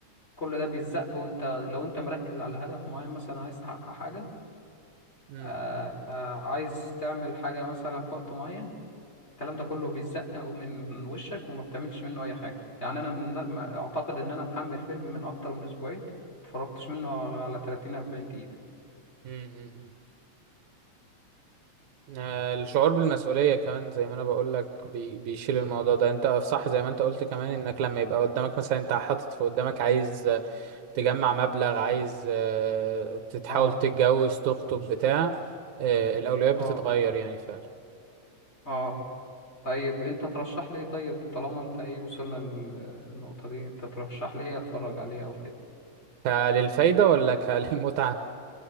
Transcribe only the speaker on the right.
امم
امم، امم. آه، الشعور بالمسؤوليه كمان زي ما انا بقول لك بي... بيشيل الموضوع ده انت صح زي ما انت قلت كمان انك لما يبقى قدامك مثلا انت حاطط في قدامك عايز تجمع مبلغ عايز آه، تتحاول
تتجوز تخطب بتاع آه، الأولويات بتتغير
يعني فعلا
كللفايدة ولا كللمتعة